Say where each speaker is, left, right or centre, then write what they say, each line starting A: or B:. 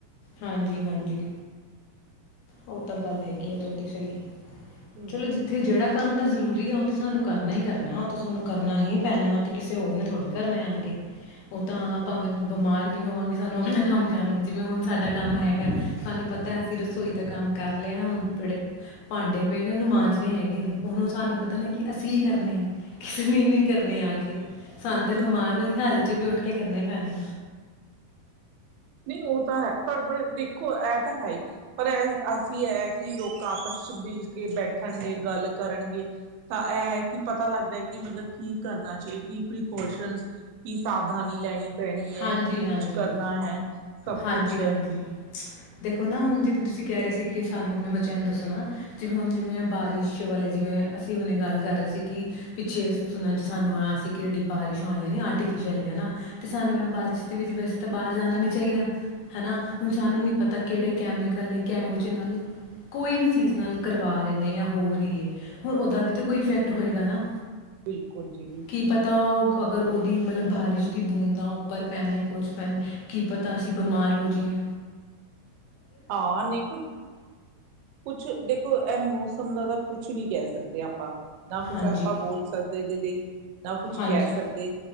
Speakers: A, on the left; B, on the right.
A: ਹਾਂਜੀ ਹਾਂਜੀ। ਉਹ ਤਾਂ ਗੱਲ ਹੈਗੀ ਆ ਤੁਹਾਡੀ ਸਹੀ
B: ਹਮ
A: ਚਲੋ
B: ਹਮ
A: ਜਿੱਥੇ ਜਿਹੜਾ ਕੰਮ ਤਾਂ ਜਰੂਰੀ ਆ ਤਾਂ ਸਾਨੂੰ ਕਰਨਾ ਹੀ ਕਰਨਾ ਉਹ ਤਾਂ ਸਾਨੂੰ ਕਰਨਾ ਹੀ ਪੈਣਾ ਉਹ ਤੇ ਕਿਸੇ ਹੋਰ ਨੇ ਥੋੜ੍ਹੀ ਕਰਨਾ ਆ ਕੇ ਉਹ ਤਾਂ
B: ਸਹੀ ਗੱਲ
A: ਭਾਵੇਂ
B: ਹੈ
A: ਬਿਮਾਰ ਵੀ ਹੋਵਾਂਗੇ ਸਾਨੂੰ ਆਪਣਾ ਕੰਮ ਕਰ ਜਿਵੇਂ ਹੁਣ ਸਾਡਾ ਕੰਮ ਹੈਗਾ ਸਾਨੂੰ ਪਤਾ ਐ ਅਸੀਂ ਰਸ ਰਸੋਈ ਦਾ ਕੰਮ ਕਰ ਲਿਆ, ਹੁਣ ਜਿਹੜੇ ਭਾਂਡੇ ਪਏ ਨੇ ਉਹਨੂੰ ਮਾਂਜਣੇ ਹੈਗੇ ਨੇ, ਉਹਨੂੰ ਸਾਨੂੰ ਪਤਾ ਨਾ ਕਿ ਅਸੀਂ ਕਰਨੇ ਐ। ਕਿਸੇ ਨੇ ਨਹੀਂ ਕਰਨੇ ਆ ਕੇ। ਸਾਨੂੰ ਤੇ ਬਿਮਾਰ
B: ਨਹੀਂ
A: ਵਾਲੀ ਹਾਲਤ ਵਿੱਚ ਵੀ ਉੱਠ ਕੇ ਕਰਨਾ ਪੈਣਾ।
B: ਨਈਂ ਉਹ ਤਾਂ ਹੈ, ਪਰ ਪ ਦੇਖੋ ਇਹ ਤਾਂ ਹੈ ਈ, ਪਰ ਏ ਇਹ ਅਸੀਂ ਇਹ ਕਿ ਲੋਕ ਆਪਸ ਚ ਮਿਲ ਕੇ ਬੈਠਣਗੇ, ਗੱਲ ਕਰਨਗੇ ਤਾਂ ਇਹ ਕਿ ਪਤਾ ਲੱਗਦਾ ਕਿ ਮਤਲਬ ਕੀ ਕਰਨਾ ਚਾਹੀਦਾ, ਕੀ ਪ੍ਰੀਕੋਸ਼ਨ, ਕੀ ਸਾਵਧਾਨੀ ਲੈਣੀ। ਪੈਣੀ ਐ
A: ਹਾਂਜੀ
B: ਕਿ
A: ਹਾਂਜੀ
B: ਕੁਛ ਕਰਨਾ ਹੈ। ਸਭ
A: ਹਾਂਜੀ
B: ਕੁਛ ਹੈ
A: ਹਾਂਜੀ। ਦੇਖੋ ਨਾ ਹੁਣ ਜਿਵੇਂ ਤੁਸੀਂ ਕਹਿ ਰਹੇ ਸੀ ਕਿ ਸਾਨੂੰ ਆਪਣੇ ਬੱਚਿਆਂ ਨੂੰ ਦੱਸਣਾ ਜਿਵੇਂ ਹੁਣ ਜਿਵੇਂ ਬਾਰਿਸ਼ ਵਾਲੇ ਜਿਵੇਂ ਅਸੀਂ ਹੁਣੇ ਗੱਲ ਕਰ ਰਹੇ ਸੀ ਕਿ ਪਿੱਛੇ ਸੁਣਨ ਚ ਸਾਨੂੰ ਆਇਆ ਸੀ ਕਿ ਜਿਹੜੀ ਬਾਰਿਸ਼ ਹੋਈਆਂ ਨੇ ਆਰਟੀਫਿਸ਼ਲ ਏ ਨਾਂ ਸਾਨੂੰ ਐ ਬਾਰਿਸ਼ ਦੇ ਵਿੱਚ ਵੈਸੇ ਤਾਂ ਬਾਹਰ ਜਾਣਾ ਨਹੀਂ ਚਾਹੀਦਾ ਹੈਨਾ! ਹੁਣ ਸਾਨੂੰ ਨਹੀਂ ਪਤਾ ਕਿਹੜੇ ਕੈਮੀਕਲ ਨੇ ਕਿਹੋ ਜਿਹੇ ਨਾਲ ਕੋਈ ਵੀ ਚੀਜ਼ ਨਾਲ ਕਰਵਾ ਰਹੇ ਨੇ ਜਾਂ ਹੋ ਰਹੀ ਐ, ਹੁਣ ਉਹਦਾ ਵੀ ਤਾਂ ਕੋਈ ਇਫੈਕਟ ਹੋਏਗਾ ਨਾ।
B: ਬਿਲਕੁਲ ਜੀ।
A: ਕੀ ਪਤਾ ਉਹ ਅਗਰ ਉਹਦੀ ਮਤਲਬ ਬਾਰਿਸ਼ ਦੀ ਬੂੰਦ ਉੱਪਰ ਪੈਣੇ ਆ ਕੁਝ ਪੈ ਕੀ ਪਤਾ ਅਸੀਂ ਬਿਮਾਰ ਹੋ ਜਿਈਏ।
B: ਹਾਂ ਨਹੀਂ ਕੁਛ, ਕੁਛ ਦੇਖੋ ਇਹ ਮੌਸਮ ਦਾ ਤਾਂ ਕੁਛ ਨਹੀਂ ਕਹਿ ਸਕਦੇ ਆਪਾਂ ਨਾ ਕੁਛ
A: ਹਾਂਜੀ,
B: ਆਪਾਂ ਬੋਲ ਸਕਦੇ <unintelligible> ਨਾ ਕੁਛ
A: ਹਾਂਜੀ,
B: ਕਹਿ ਸਕਦੇ